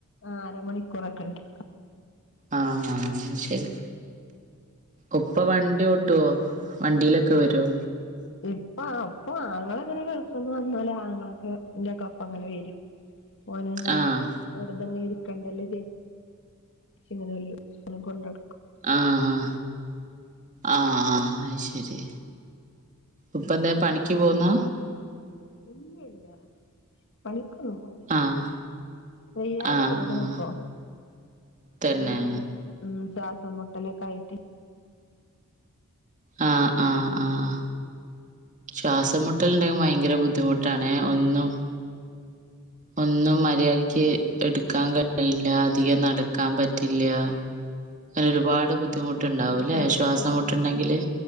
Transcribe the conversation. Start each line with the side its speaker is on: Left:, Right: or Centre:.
Left: ആഹ് അരമണിക്കൂറൊക്കെണ്ട്
Right: ആഹ് ആഹ് ശരി ഉപ്പ വണ്ടി ഓട്ടുവോ വണ്ടിയിലൊക്കെ
Left: ഇല്ല ഇല്ലാ
Right: വരോ
Left: ഇപ്പ അപ്പോ ആങ്ങള ഇങ്ങനെ ഗൾഫിന്ന് വന്നാല് ആങ്ങളെക്കെ ഇന്റിയൊക്കൊപ്പ അങ്ങനെ വരും ഓന് അങ്ങനെ
Right: ആഹ്
Left: വെറുതങ്ങെ ഇരിക്കണ്ടല്ലോ വിചാരിച്ച്ങ്ങനെ എല്ലു എപ്പളും കൊണ്ടട്ക്കും
Right: ആഹ് ആഹ് അയ് ശരി ഉപ്പന്തേം പണിക്ക് പോവ്ന്നാ
Left: ഇല്ല ഇല്ലാ പണിക്കൊന്നും പോണി
Right: ആഹ്
Left: വെയ്യാതേയിക്ക്ണ്പ്പം
Right: ആഹ് ആഹ് തന്നെ
Left: <unintelligible> ഉം ശ്വാസം മുട്ടലൊക്കായിട്ട്
Right: ആഹ് ആഹ് ആഹ് ശ്വാസം മുട്ടല്ണ്ടെ ഭയങ്കര ബുദ്ധിമു ട്ടാണെ ഒന്നും ഒന്നും മര്യായ്രിക്ക് എട്ക്കാൻ കഴിയില്ല അധികം നടക്കാൻ പറ്റില്ല <unintelligible> ഒരുപാട് ബുദ്ധിമുട്ട് ഇണ്ടാവുല്ലെ
Left: ആഹ് കഥപ്പൊക്കെ
Right: ശ്വാസമുട്ട്ണ്ടെങ്കില്
Left: വരും